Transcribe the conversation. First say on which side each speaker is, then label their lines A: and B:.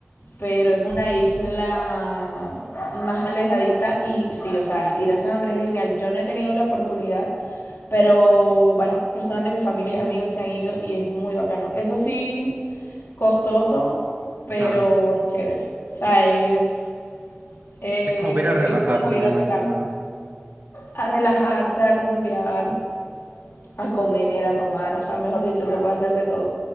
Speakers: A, on the left (about 70°); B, on the right (about 55°).
A: pero es una isla más alejadita y sí, o sea, ir a San Andrés es genial. Yo no he tenido la oportunidad, pero varias personas de mi familia y amigos se han ido y es muy bacano. Eso sí, costoso, pero
B: Claro.
A: es chévere. O sea, es, es
B: Es como para ir a relajarse,
A: como ir
B: me
A: a
B: imagino.
A: otro lado, a relajarse, a rumbear, a comer, a tomar. O sea, mejor dicho, se puede hacer de todo.